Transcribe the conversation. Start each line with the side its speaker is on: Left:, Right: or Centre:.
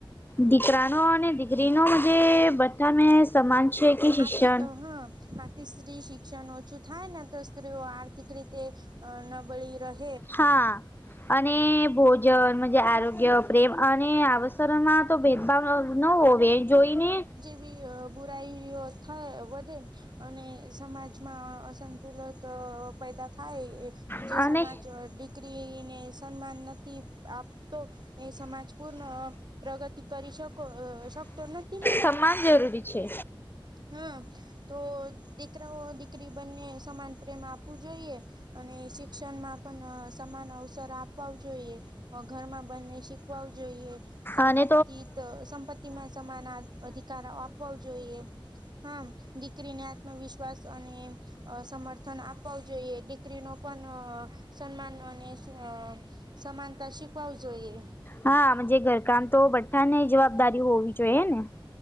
Left: દીકરાનો અને દીકરીનો જે બધા મે સમાન છે કે શિક્ષણ
Right: આથી હા આથી સ્ત્રી શિક્ષણ ઓછું થાય ને તો સ્ત્રીઓ આર્થિક રીતે નબળી રહ
Left: હા! અને ભોજન મજે આરોગ્ય પ્રેમ અને અવસરમાં તો ભેદભાવ ન હોવે જોઈને
Right: થી બુરાઈઓ થઇ વધે અને સમાજમાં અસંતુલન તો પેદા થાય એ જે
Left: અને
Right: સમાજ દી કરીને સન્માન નથી આપતો, એ સમાજ પૂર્ણ પ્રગતિ કરી શકો અ શકતો નથી ને?
Left: સમાન જરૂરી છે
Right: હા, તો દીકરાઓ દીકરી બંને સમાન પ્રેમ આપવું જોઈએ. અને શિક્ષણમાં પણ સમાન અવસર આપવા જોઈએ ઘરમાં બંને શીખવા જોઈએ સંપત્તિ
Left: અને
Right: તો સંપત્તિમાં સમાન અધિકાર આપવા જોઈએ. હા દીકરીને આત્મવિશ્વાસ અને અ સમર્થન આપવું જોઈએ દીકરી નો પન સન્માન અને અ સમાનતા શિકવાવ જોઈએ
Left: હા જે ઘરકામ તો બધાને જવાબદારી હોવી જોઈએ ને